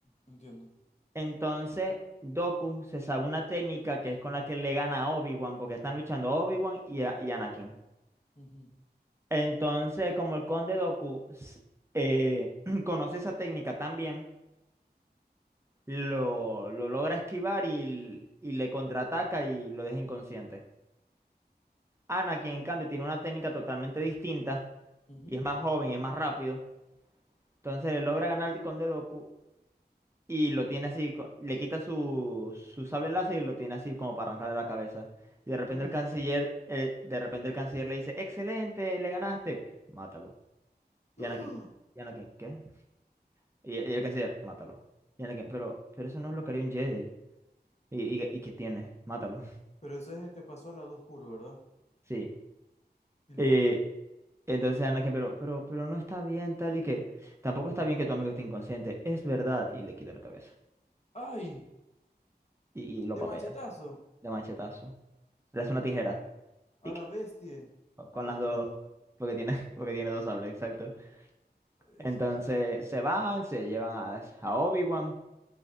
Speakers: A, on the left; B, on the right.
A: entiendo.
B: Entonces, Doku se sabe una técnica que es con la que le gana a Obi-Wan, porque están luchando Obi-Wan y, a- y Anakin.
A: Ujú,
B: Entonces, como el conde Doku s- eh, <clears throat> conoce esa técnica también, lo, lo logra esquivar y, y le contraataca y lo deja inconsciente. Anakin, en cambio, tiene una técnica totalmente distinta
A: ujú.
B: y es más joven y es más rápido. Entonces, le logra ganar al conde Doku y lo tiene así, co- le quita su, su sable láser y lo tiene así como para arrancarle la cabeza. Y de repente
A: Uy.
B: el canciller, eh, de repente el canciller le dice, excelente, le ganaste, mátalo.
A: ¡Ah!
B: Y Anakin, y Anakin, ¿qué? Y, y el canciller, mátalo. Y Anakin, pero, pero eso no es lo que haría un Jedi. ¿Y, y, y qué tiene? Mátalo. <laughs>
A: Pero ese es el que pasó al lado oscuro, ¿verdad?
B: Sí.
A: Y lo
B: Eh,
A: mata.
B: entonces Anakin, pero, pero, pero no está bien tal y que, tampoco está bien que tu amigo esté inconsciente, es verdad. Y le quita la cabeza.
A: ¡Ay!
B: Y, y lo
A: De
B: papea,
A: machetazo.
B: de machetazo. Le hace una tijera.
A: A
B: Tic.
A: la bestia.
B: o- con
A: Ah, porque
B: las dos,
A: tiene dos.
B: porque tiene, <laughs> porque tiene dos sables, exacto.
A: La bestia.
B: Entonces se van, se llevan a, a Obi-Wan,